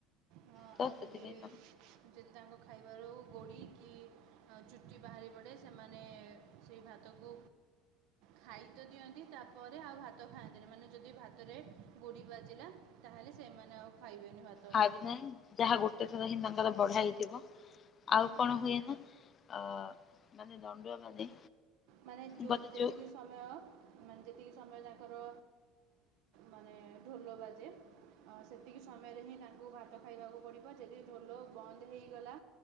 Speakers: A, on the right; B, on the left.
A: ହଁ ଆଉ
B: ତ ସେଥିପାଇଁ
A: ଯଦି ଯଦି ତାଙ୍କ ଖାଇବାରୁ ଗୋଡ଼ି କି। ଆଉ ଚୁଟି ବାହାରି ପଡ଼େ ସେମାନେ ସେଇ ଭାତକୁ ଖାଇ ତ ଦିଅନ୍ତି। ତାପରେ ଆଉ ଭାତ ଖାଆନ୍ତିନି, ମାନେ ଯଦି ଭାତରେ ଗୋଡ଼ି ବାଜିଲା, ତାହେଲେ ସେମାନେ ଆଉ ଖାଇବେନି ଭାତ
B: ଖାଇବି ଯାହା ଗୋଟେ ଥର ହିଁ ତାଙ୍କର ବଢା ହେଇଥିବ, ଆଉ
A: ହୁଁ
B: କଣ ହୁଏ ନା ଅ ମାନେ ଦଣ୍ଡୁଆ ମାନେ
A: ମାନେ ଯେଉଁ
B: ଗତ
A: ଯେତିକି
B: ଯୋଉ
A: ସମୟ, ମାନେ ଯେତିକି ସମୟ ତାଙ୍କର ମାନେ ଢୋଲ ବାଜେ, ସେତିକି ସମୟରେ ହିଁ ତାଙ୍କୁ ଭାତ ଖାଇବାକୁ ପଡ଼ିବ, ଯଦି ଢୋଲ ବନ୍ଦ ହେଇଗଲା